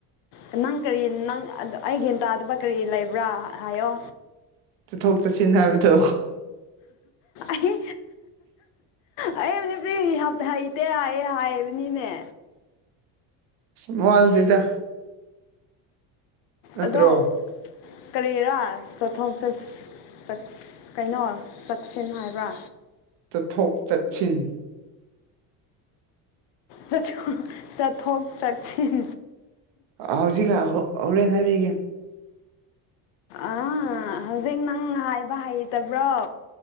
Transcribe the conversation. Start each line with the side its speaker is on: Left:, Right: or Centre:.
Left: ꯅꯪ ꯀꯔꯤ ꯅꯪ ꯑꯩ ꯒ꯭ꯌꯥꯟ ꯇꯥꯗꯕꯠ ꯀꯔꯤ ꯂꯩꯕ꯭ꯔꯥ ꯍꯥꯏꯌꯣ
Right: ꯆꯠꯊꯣꯛ ꯆꯠꯁꯤꯟ ꯍꯥꯏꯕꯗꯣ
Left: ꯑꯩ ꯑꯩ ꯅꯨꯄꯤꯒꯤ ꯍꯩꯇꯦ ꯍꯥꯏꯌꯦ ꯍꯥꯏꯕꯅꯤꯅꯦ
Right: ꯃꯋꯥ ꯂꯧꯗꯦꯗ ꯅꯠꯇ꯭ꯔꯣ
Left: ꯑꯗꯣ ꯀꯔꯤꯔ ꯆꯠꯊꯣꯛ ꯆꯠꯁ ꯆꯠ ꯀꯩꯅꯣ ꯆꯠꯁꯤꯟ ꯍꯥꯏꯕ꯭ꯔꯥ
Right: ꯆꯠꯊꯣꯛ ꯆꯠꯁꯤꯟ
Left: ꯆꯠ ꯆꯠꯊꯣꯛ ꯆꯛꯁꯤꯟ
Right: ꯍꯧꯖꯤꯛ ꯉꯥ ꯍꯣ ꯍꯣꯔꯦꯟ ꯍꯥꯏꯕꯤꯒꯦ
Left: ꯑꯥ ꯍꯧꯖꯤꯛ ꯅꯪ ꯍꯥꯏꯕ ꯍꯩꯇꯕ꯭ꯔꯣ